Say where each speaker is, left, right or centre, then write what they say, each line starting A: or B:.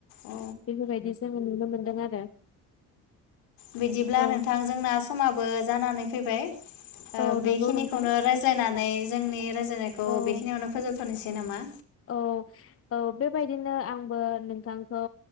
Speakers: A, on the left; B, on the left.
A: औ
B: बेफोरबायदि जोङो नुनो मोनदों आरो
A: बिदिब्ला
B: औ
A: नोंथां जोंना समाबो जानानै फैबाय ओ
B: औ नंगौ
A: बेखिनिखौनो
B: नोंथां
A: रायज्लायनानै जोंनि रायज्लाय खौ
B: औ
A: बेखिनियावनो फोजोब थनोसै नामा?
B: औ औ बेबायदिनो आंबो नोंथांखौ